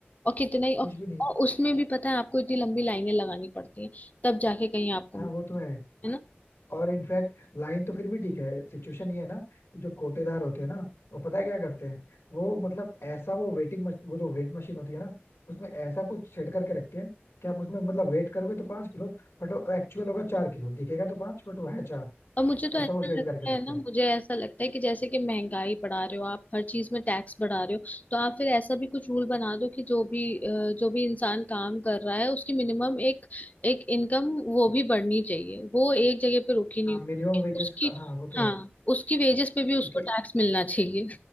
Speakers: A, on the left; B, on the left.
A: और कितना ही और,
B: कुछ भी नहीं
A: और उसमें भी पता है आपको इतनी लंबी लाइनें लगानी पड़ती हैं तब जाके कहीं आपको
B: हाँ वो तो है
A: है ना
B: और इनफैक्ट लाइन तो फिर भी ठीक है सिचुएशन ये है ना कि जो कोटेदार होते हैं ना वो पता है क्या करते हैं वो मतलब ऐसा वो वेटिंग मशीन वो जो वेट मशीन होती है ना उसमें ऐसा कुछ सेट करके रखते हैं कि आप उसमें मतलब वेट करोगे तो पांच किलो बट वो एक्चुअल होगा चार किलो दिखेगा तो पांच बट वो है चार
A: और मुझे तो ऐसा
B: ऐसा वो सेट
A: लगता
B: करके रखते
A: है ना
B: हैं
A: मुझे ऐसा लगता है कि जैसे कि महंगाई बढ़ा रहे हो आप हर चीज में टैक्स बढ़ा रहे हो तो आप फिर ऐसा भी कुछ रूल बना दो कि जो भी अ, जो भी इंसान काम कर रहा है उसकी मिनिमम एक एक इनकम वो भी बढ़नी चाहिए वो एक जगह पे रुकी नहीं
B: हाँ मिनिमम
A: होनी।
B: वेजेस
A: उसकी
B: का हाँ वो तो
A: हाँ
B: है
A: उसकी वेजेस पे भी उसको
B: क्योंकि
A: टैक्स मिलना चाहिए